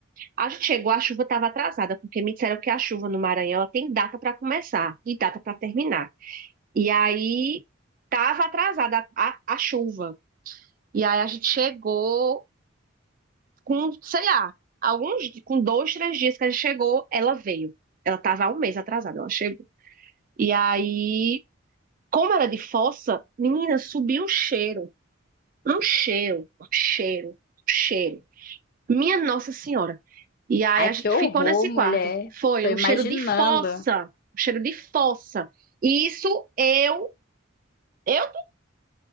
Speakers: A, on the right; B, on the left.
A: a gente chegou, a chuva estava atrasada, porque me disseram que a chuva no Maranhão ela tem data para começar e data para terminar. E aí estava atrasada a, a- a chuva. E aí a gente chegou com, sei lá, alguns, com dois, três dias que a gente chegou, ela veio. Ela estava há um mês atrasada, ela chegou. E aí, como era de fossa, menina, subiu um cheiro. Um cheiro, um cheiro, um cheiro. Minha Nossa Senhora. E aí
B: Ai,
A: a gente
B: que horror,
A: ficou nesse
B: mulher.
A: quarto. Foi
B: Tô imaginando.
A: um cheiro de fossa, um cheiro de fossa. E isso eu, eu, eu